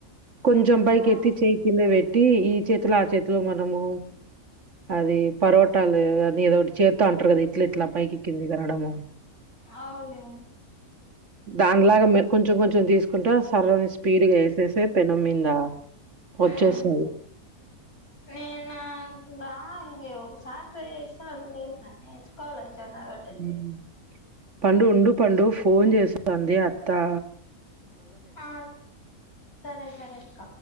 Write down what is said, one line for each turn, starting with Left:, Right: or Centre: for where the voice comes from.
Right: కొంచెం పైకి
Left: ఆ
Right: ఎత్తి చేయి కింద పె ట్టి ఈ చేతులు ఆ చేతిలో మనము అది పరోటాలు అ ఏదో ఒకటి చేతి అంటరు కదా ఇట్ల ఇట్లా పైకిక్కిందికి అనడము.
Left: అవును.
Right: దానిలాగా మె కొంచెం కొంచెం తీసుకు ంటా సరని స్పీడ్గా వేసేసే పెనం మీద
Left: ఉమ్
Right: వచ్చేస్తది.
Left: నేను రా ఇ ఒక సారి ట్రై చెసినా నేరుసుకోవాల. జొన్న రొట్టె
Right: హ్మ్.
Left: చే
Right: పండు ఉండు పండు ఫోన్ చేస్తోంది అత్తా
Left: ఆ సరే సరేక్క